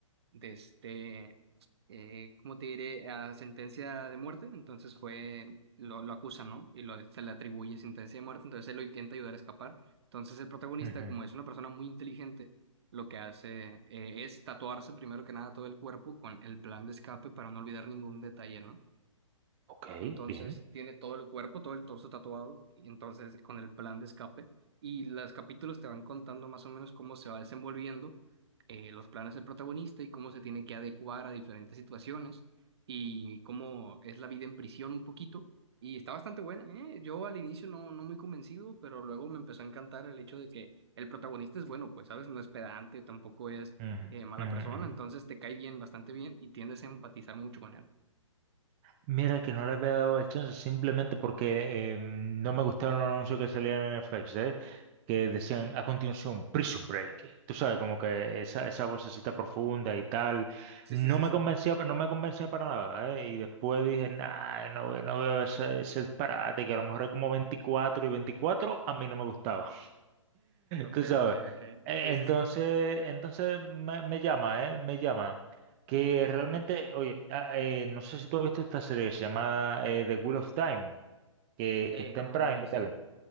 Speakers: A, on the right (about 55°); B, on the right (about 25°).
A: de este, eh, ¿cómo te diré? A sentencia de muerte, entonces fue, lo, lo acusan, ¿no? Y lo, se le atribuye sentencia de muerte, entonces él lo intenta ayudar a escapar. Entonces el protagonista,
B: ujú.
A: como es una persona muy inteligente, lo que hace eh, es tatuarse primero que nada todo el cuerpo con el plan de escape para no olvidar ningún detalle, ¿no?
B: Ok,
A: Entonces
B: bien.
A: tiene todo el cuerpo, todo el torso tatuado, y entonces con el plan de escape. Y los capítulos te van contando más o menos cómo se va desenvolviendo eh, los planes del protagonista y cómo se tiene que adecuar a diferentes situaciones y cómo es la vida en prisión un poquito. Y está bastante buena, ¿eh? Yo al inicio no, no muy convencido, pero luego me empezó a encantar el hecho de que el protagonista es bueno, pues, ¿sabes? No es pedante, tampoco es
B: Ujú,
A: eh, mala
B: ujú,
A: persona,
B: ujú.
A: entonces te cae bien, bastante bien y tiendes a empatizar mucho con él.
B: Mira que no le había dado el chance simplemente porque eh, no me gustaron los anuncios que salían en FX, ¿eh? Que decían a continuación Prison Break. Tú sabes, como que esa, esa vocecita profunda y tal.
A: Sí,
B: No
A: sí, sí,
B: me
A: sí.
B: convencía, no me convencía para nada, ¿eh? Y después dije, nah, no, ve- no veo ese, ese disparate, que a lo mejor es como 24 y 24 a mí no me gustaba.
A: Ok,
B: Tú sabes.
A: ok, ok.
B: E-
A: Sí,
B: Entonces,
A: sí, sí, sí.
B: entonces me, me llama, ¿eh? Me llama. Que realmente, oye, ah, eh, no sé si tú has visto esta serie, que se llama eh, The Wheel of Time, que,
A: Eh,
B: que está
A: no,
B: en Prime
A: no lo he visto.
B: y tal.